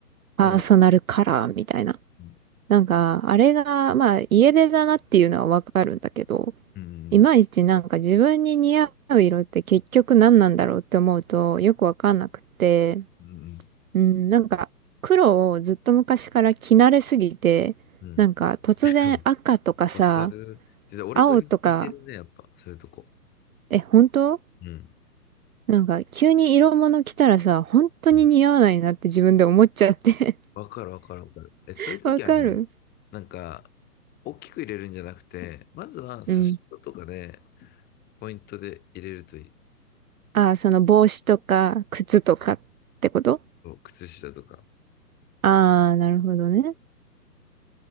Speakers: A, on the right; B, on the left.
A: パーソナルカラーみたいな。
B: あれだ、うん、
A: なんか、あれが、まあ、イエベだなっていうのはわかるんだけど、
B: うん、
A: いまいちなんか自分に似合う色って結局何なんだろうって思うとよくわかんなくて、
B: うん、
A: うん、なんか黒をずっと昔から着慣れすぎて、
B: うん。
A: なんか突然赤とかさ、
B: <laughs> わかる。実は俺と似てるね、
A: 青とか、
B: やっぱ、そういうとこ。
A: え、本当
B: うん、
A: なんか急に色物着たらさ、本当に似合わないなって自分で思っちゃって
B: うん。わかる、わかる、わかる。え、
A: <laughs>
B: そういう時はね、
A: わかる
B: なんか、大きく入れるんじゃなくて、まずは差し色とかで、
A: うん。
B: ポイントで入れるといい。
A: ああ、その帽子とか靴とかってこと
B: そう靴下とか。
A: ああー、なるほどね。